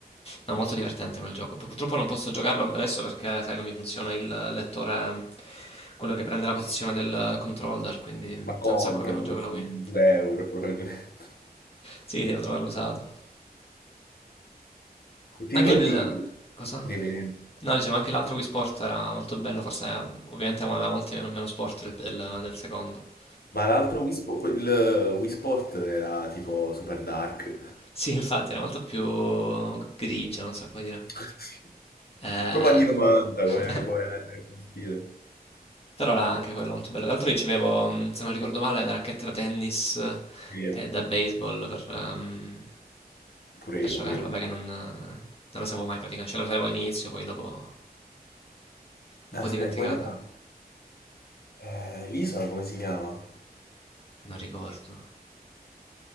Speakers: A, on the left; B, on the left.
A: No, molto divertente quel gioco. Purtroppo non posso giocarlo adesso perché, sai, non mi funziona il lettore, quello che prende la posizione del controller, quindi
B: Ma comprano
A: è un sacco che non gioco
B: questo
A: la Wii.
B: 2 euro probabilmente.
A: Sì, devo trovarlo usato.
B: E ti
A: Anche
B: ricordi
A: il... cosa?
B: dei menu?
A: No, dicevo, anche l'altro Wii Sport era molto bello, forse ovviamente aveva molti meno sport del, del- del secondo.
B: Ma l'altro Wii Sport, quel Wii Sport era tipo super dark.
A: Sì, infatti, era molto più grigio, non so come dire.
B: <laughs>
A: Eh...
B: Proprio anni 90
A: <laughs>
B: come, come come stile.
A: Però era anche quello molto bello. Tra l'altro ricevevo, mh, se non ricordo male, da racchette da tennis
B: Sì,
A: e da baseball per, ehm,
B: Pure
A: per
B: io,
A: giocare.
B: pure
A: Vabbè
B: io.
A: che non, non lo sapevo mai praticamente. Cioè lo sapevo all'inizio, poi dopo un po'
B: Aspetta,
A: dimenticata.
B: qual era? Eh, l'isola come si chiama?
A: Non ricordo.